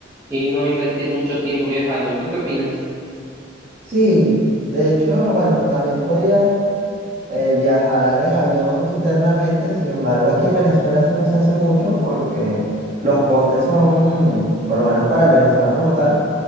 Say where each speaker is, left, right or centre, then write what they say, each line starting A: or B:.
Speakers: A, on the right; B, on the right.
A: y no invertir mucho tiempo viajando. ¿Tú qué opinas?
B: sí, de hecho, bueno, también podrías eh, viajar en avión internamente, sin embargo, aquí en Venezuela eso no se hace mucho porque los costes son, por lo menos para el venezolano como tal,